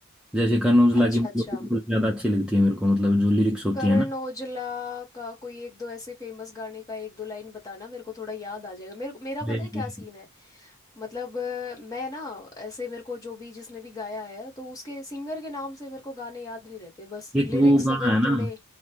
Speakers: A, in the centre; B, on the left.
A: जैसे करण औजला
B: अच्छा
A: की मतलब
B: अच्छा
A: कुछ ज्यादा अच्छी लगती है मेरे को मतलब जो लिरिक्स होती
B: करण
A: है ना
B: ओजला का कोई एक दो ऐसे फेमस गाने का एक दो लाइन बताना मेरे को थोड़ा याद आ जाएगा मेरे मेरा
A: जी,
B: पता है
A: जी।
B: क्या सीन है मतलब अ, मैं ना ऐसे मेरे को जो भी जिसने भी गाया है तो उसके सिंगर के नाम से मेरे को गाने याद नहीं रहते बस
A: एक
B: लिरिक्स
A: वो गाना
B: अगर
A: है ना
B: थोड़े